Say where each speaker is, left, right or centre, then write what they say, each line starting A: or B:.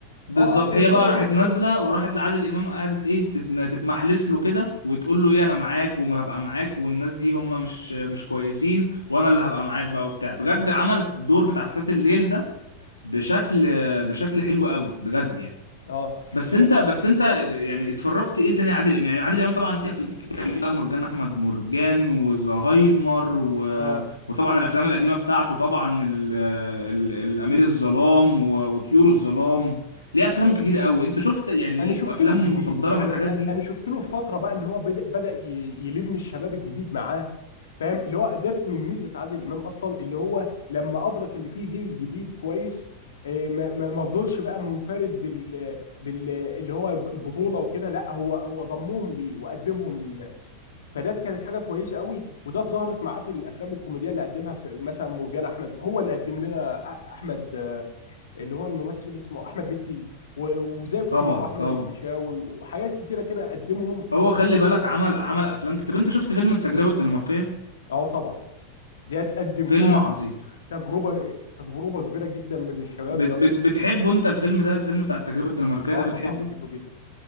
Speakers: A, on the left (about 80°); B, on the left (about 65°).
A: بالظبط
B: اه اه هي
A: هي
B: كانت
A: بقى راحت
B: بتطمن
A: نازلة وراحت لعادل إمام قعدت إيه تتن- تتمحلس له كده وتقول
B: آه،
A: له إيه أنا معاك وهبقى معاك والناس دي هم مش مش كويسين وأنا اللي هبقى معاك بقى وبتاع بجد
B: ايوه
A: عملت الدور بتاع فتاة الليل ده بشكل بشكل حلو قوي بجد يعني
B: اه
A: بس
B: انا
A: انت بس انت يعني اتفرجت ايه تاني عادل امام يعني عادل امام طبعا ليه افلام كتير عليه بقى مرجان احمد مرجان وزهايمر و...
B: اه
A: وطبعا الافلام القديمه بتاعته طبعا ال... ال... الامير الظلام و... وطيور الظلام ليه افلام
B: اه
A: كتير قوي انت شفت يعني
B: انا
A: ليك
B: شفت
A: افلام
B: له جديد
A: مفضله
B: يعني
A: من الحاجات
B: أ-
A: دي
B: انا شفت له الفتره بقى اللي هو بدأ بدأ ي- يلم الشباب الجديد معاه فاهم اللي هو ده من ميزه عادل امام اصلا اللي هو لما ادرك اللي فيه جيل جديد كويس إيه، ما ما- ما فضلش بقى منفرد بال بال اللي هو البطوله وكده لا هو هو ضمهم ليه وقدمهم للناس فده كانت حاجه كويسه قوي وده اتظهرت معاه في الافلام الكوميديه اللي قدمها في مثلا مرجان احمد هو اللي قدم لنا أ- احمد اللي هو الممثل اسمه احمد مكي و- وزيه كتير
A: طبعا
B: واحمد
A: طبعا
B: الفيشاوي وحاجات كتيره كده قدمهم
A: هو خلي بالك عمل عمل افلام كتير طب انت شفت فيلم التجربه الدنماركيه
B: اه طبعا دي هتقدم
A: فيلم
B: فيها
A: عظيم
B: تجربه تجربه كبيره جدا من الشباب
A: بت...
B: لو
A: بت...
B: انت
A: بتحبه
B: شفت
A: انت الفيلم ده الفيلم بتاع التجربه الدنماركيه
B: اه
A: ده بتحبه
B: طبعا بحبه جدا